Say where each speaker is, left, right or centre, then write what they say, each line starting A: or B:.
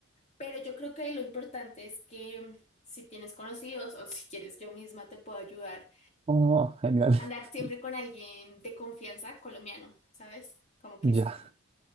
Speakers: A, on the left; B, on the right.
A: Pero yo creo que lo importante es que mm, si tienes conocidos o si quieres yo misma te puedo ayudar,
B: Oh, genial.
A: andar
B: <laughs>
A: siempre con alguien de confianza colombiano, ¿sabes? Como que
B: Ya.
A: sí.